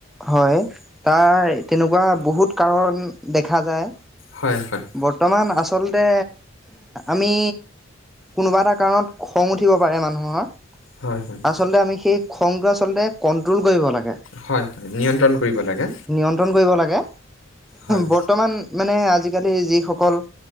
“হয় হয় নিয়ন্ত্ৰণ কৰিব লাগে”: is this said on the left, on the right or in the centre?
Left